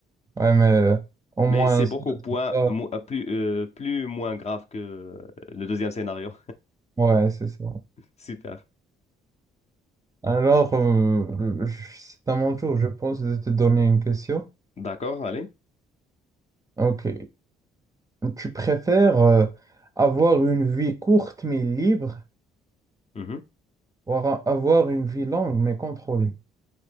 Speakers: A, on the right; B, on the left.
A: mais euh, au
B: Mais
A: moins,
B: c'est beaucoup
A: ça,
B: point,
A: c'est ça.
B: mo- euh, plus, euh, plus moins grave que euh, le deuxième scénario.
A: Ouais, c'est ça.
B: <laughs> Super.
A: Alors, euh, je- c'est à mon tour, je pense, de te donner une question.
B: D'accord, allez.
A: Ok. Tu préfères euh, avoir une vie courte mais libre
B: Mhm.
A: ou ara- avoir une vie longue mais contrôlée?